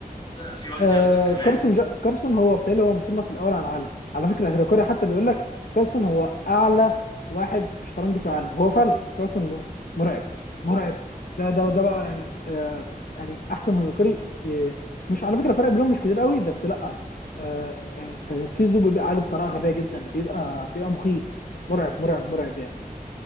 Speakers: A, on the left; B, on the left.
A: آه، في واحد
B: آه
A: يا اسطى كمان
B: كارسون جا... كارسون هو بالتالي هو مصنف الاول على العالم على فكره هيركاري حتى بيقول لك كارسون هو اعلى واحد في الشطرنج في العالم هو فعلا كارسون م- مرعب مرعب ده ده ده بقى يعني آه يعني احسن هيركاري آه مش على فكره فرق بينهم مش كتير قوي بس لا آه آه تركيزه بيبقى عالي بطريقه غبيه جدا بيبقى بيبقى مخيف مرعب مرعب مرعب يعني